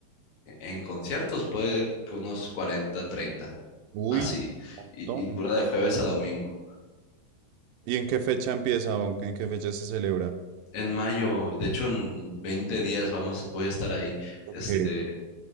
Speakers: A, on the left; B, on the right.
A: En conciertos puede que unos cuarenta 30
B: Uy,
A: así.
B: un montón.
A: Y, y dura de jueves a domingo.
B: ¿Y en qué fecha empieza o en qué fecha se celebra?
A: En mayo, de hecho en 20 días vamos, voy a estar ahí.
B: Ok.
A: Este,